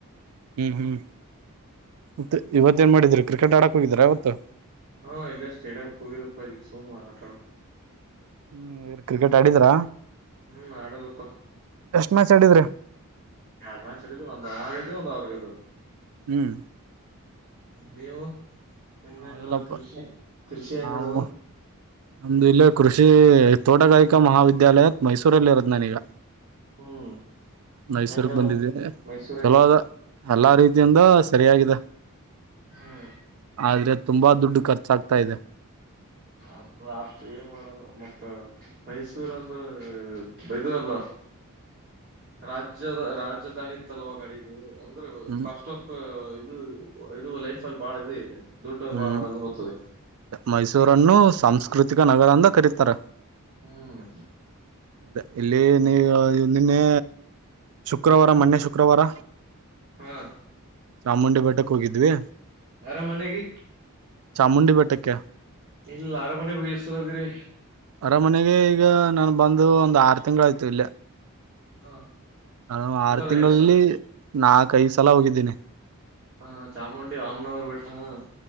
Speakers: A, on the right; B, on the right.
A: ಹ್ಮ್ ಹ್ಮ್ ಮತ್ತೆ ಇವತ್ ಏನ್ ಮಾಡಿದೀರಿ ಕ್ರಿಕೆಟ್ ಆಡಕ್ ಹೋಗಿದೀರಾ ಇವತ್ತು
B: ಹಾ ಇಲ್ಲೇ ಸ್ಟೇಡಿಯಂ್ಕ್ ಹೋಗಿದಪ್ಪ ಇಲ್ಲಿ ಸುಮ್ ಆಟ ಆಡ್ಬ
A: ಹ್ಮ್ ಇ ಕ್ರಿಕೆಟ್ ಆಡಿದ್ರಾ
B: ಹ್ಮ್ ಮಾಡಪ್ಪ
A: ಎಷ್ಟ್ ಮ್ಯಾಚ್ ಆಡಿದ್ರಿ
B: ಎರಡ್ ಮ್ಯಾ ಚಡಿದ ಒಂದು ಅವಗ್ದ ಒಂದು ಅವ್ರಗದ
A: ಹ್ಮ್
B: ನೀವು ನಿಮ್ದ
A: ನಾವಿಲ್ಲಪ್ಪ
B: ಹೆಂಗಡದು ಕೃಷಿ ಕೃಷಿ ಹೆಂಗಡದು
A: ನಾವು ನಮ್ದು ಇಲ್ಲ ಕೃಷಿ ತೋಟಗಾರಿಕಾ ಮಹಾವಿದ್ಯಾಲಯತ್ ಮೈಸೂರಲ್ಲಿ ಇರೋದ್ ನಾನೀಗ
B: ಹ್ಮ್
A: ಮೈಸೂರ್ಕ್
B: ಹೆಂಗದ
A: ಬಂದಿದ್ದೀನಿ
B: ಮೈಸೂರ್
A: ಚಲೋ
B: ಹೆಂಗದ
A: ಅದ ಎಲ್ಲಾ ರೀತಿ ಇದಿಂದ ಸರಿಯಾಗಿದೆ
B: ಹ್ಮ
A: ಆದ್ರೆ ತುಂಬಾ ದುಡ್ಡು ಖರ್ಚಾಗ್ತಾ ಇದೆ
B: ಅದ ಆತ್ ಏನ್ ಮಾಡಲ್ಲ ಮತ್ತ ಮೈಸೂರ್ ಅಂದ್ರ ಬೈದವಲ್ಲ
A: ಹ <inaudible>
B: ರಾಜ್ಯದ ರಾಜಧಾನಿತ್ತಲ್ವ ಕಡೆದು ಅಂದ್ರೆ
A: ಹ್ಮ್
B: ಕಾಸ್ಟ್ ಆಫ್ ಇದು ಇದು ಲೈಫ್ ಅಲ್ಲಿ ಭಾಳ ಇದೆ ಇದೆ ದುಡ್ಡು
A: ಹ್ಮ್
B: ಬಾಳ ಹೋಗ್ತದೆ
A: ಮೈಸೂರನ್ನು ಸಾಂಸ್ಕೃತಿಕ ನಗರ ಅಂದ ಕರೀತಾರ
B: ಹ್ಮ್
A: ಅದ ಇಲ್ಲಿ ನೀವು ಇಂದನ್ನೇ ಶುಕ್ರವಾರ
B: ಹ್ಮ್
A: ಮೊನ್ನೆ ಶುಕ್ರವಾರ
B: ಹಾ
A: ಚಾಮುಂಡಿ ಬೆಟ್ಟಕ್ಕೆ ಹೋಗಿದ್ವಿ
B: ಅರಮನೆಗೆ
A: ಚಾಮುಂಡಿ ಬೆಟ್ಟಕ್ಕ
B: ಇಲ್ಲಿ ಲಾರಾಮಾನ ಹ ಅಸಗಿರೆ
A: ಅರಮನೆಗೆ ಈಗ ನಾನು ಬಂದು ಒಂದು ಆರು ತಿಂಗಳ ಆಯ್ತು ಇಲ್ಲ
B: ಹಾ
A: ನಾನು
B: ಅಂದ್ರ
A: ಆರು ತಿಂಗಳಲ್ಲಿ
B: ಎಷ್ಟಲ್
A: ನಾಕ ಐದು ಸಲ ಹೋಗಿದ್ದೀನಿ
B: ಹಾ ಚಾಮುಂಡಿ ವಾಮ್ನವರ್ ಬೆಟ್ಟ ಹ